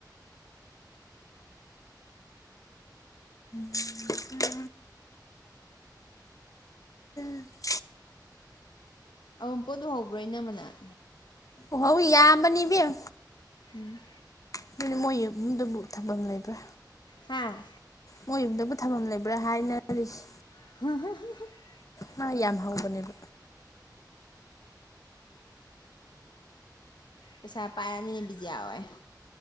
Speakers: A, on the left; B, on the left.
A: ꯄꯤꯗ꯭ꯔ <unintelligible>
B: ꯑꯎꯟꯄꯣꯠ ꯎꯍꯧꯕꯔꯣ ꯏꯅꯝꯃꯥ ꯅꯪ
A: ꯎꯍꯧꯏ ꯌꯥꯝꯕꯅꯤ ꯏꯕꯦꯝ
B: ꯎꯝ
A: ꯑꯗꯨꯅꯤ ꯃꯣꯏ ꯌꯨꯝꯗꯕꯨ ꯊꯝꯐꯝ ꯂꯩꯕ꯭ꯔꯥ
B: ꯍꯥꯥ
A: ꯃꯣꯏ ꯌꯨꯝꯗꯕꯨ ꯊꯝꯐꯝ ꯂꯩꯕ꯭ꯔꯥ ꯍꯥꯏꯅꯔꯤꯁꯤ
B: <unintelligible>
A: ꯃꯥ ꯌꯥꯝ ꯍꯧꯕꯅꯦꯕ
B: ꯄꯩꯁꯥ ꯄꯥꯏꯔꯝ ꯅꯤꯅꯦ ꯕꯤꯖꯤꯌꯥ ꯍꯣꯢ